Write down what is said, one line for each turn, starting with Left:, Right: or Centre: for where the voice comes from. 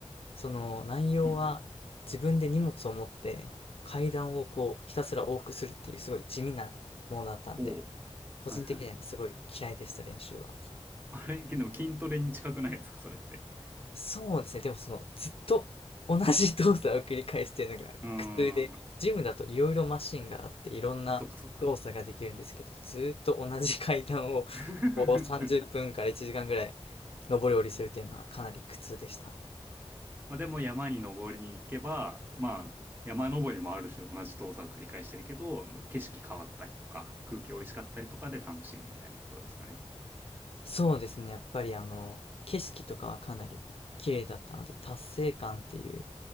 Left: その内容は自分で荷物を持って階段をこうひたすら往復するっていうすごい地味なものだったんで、
Right: うんうん。ほう。
Left: 個人的にはすごい嫌いでした練習は。
Right: はいはい。あれ、でも筋トレに近くないですか、それって。
Left: そうですね。でもその、ずっと同じ動作を繰り返すっていうのが苦痛で、
Right: うーん。
Left: ジムだといろいろマシンがあって、いろんな動作ができるんですけど、
Right: そっかそっか。
Left: ずっと同じ階段をこう30分から1時間ぐらい
Right: <laughs>
Left: 上り下りするっていうのはかなり苦痛でした。
Right: まあ、でも山に登りに行けば、まあ、山登りもある種同じ動作を繰り返してるけど、景色変わったりとか、空気美味しかったりとかで楽しいみたいなことですかね。
Left: そうですね。やっぱりあの、景色とかはかなり綺麗だったので、達成感っていう